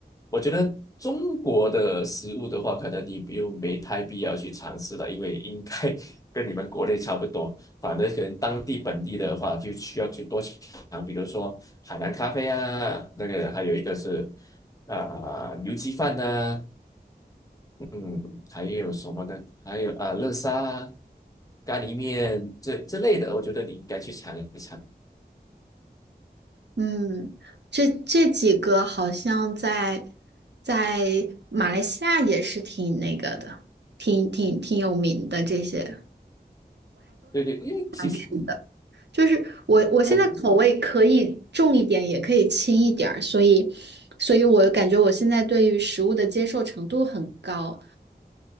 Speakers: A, on the left (about 20°); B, on the right (about 85°).
A: 我觉得中国的食物的话，可能你不用没太必要去尝试了，因为应该 <laughs> 跟你们国内差不多。反正可能当地本地的话，就需要去多去尝，比如说海南咖啡啊，那个还有一个是啊、牛鸡饭呐、嗯，还有什么呢？还有啊，乐沙啊、咖喱面这这类的，我觉得你应该去尝一尝。
B: 嗯，这这几个好像在在马来西亚也是挺那个的，挺挺挺有名的这些
A: 对对，因为其实
B: 餐厅的。就是我我现在口味可以重一点，
A: 我
B: 也可以轻一点儿，所以所以我感觉我现在对于食物的接受程度很高。